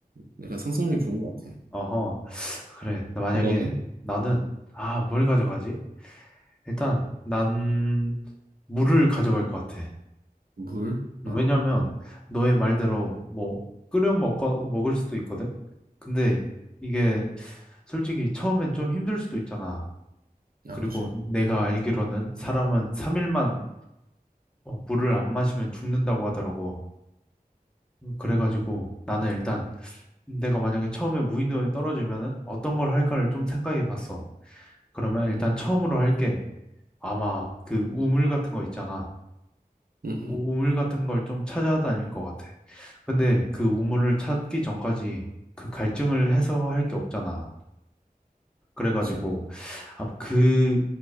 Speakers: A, on the right; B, in the centre.
A: 내가 상상력이 좋은 것 같아.
B: 어허. 그래. 만약에
A: 너는
B: 나는 아, 뭘 가져가지? 일단 난 물을 가져갈 것 같아.
A: 물?
B: 왜냐면
A: 어,
B: 너의 말대로 뭐 끓여 먹고 먹을 수도 있거든. 근데 이게 솔직히 처음엔 좀 힘들 수도 있잖아.
A: 야,
B: 그리고
A: 그지?
B: 내가 알기로는 사람은 3일만 물을 안 마시면 죽는다고 하더라고. 음, 그래가지고 나는 일단 내가 만약에 처음에 무인도에 떨어지면은 어떤 걸 할까를 좀 생각해 봤어. 그러면 일단 처음으로 할게 아마 그 우물 같은 거 있잖아.
A: 응, 응,
B: 우- 우물 같은 걸 좀 찾아다닐 것 같아. 근데 그 우물을 찾기 전까지 그 갈증을 해소할 게 없잖아. 그래가지고
A: 그지?
B: 아마 그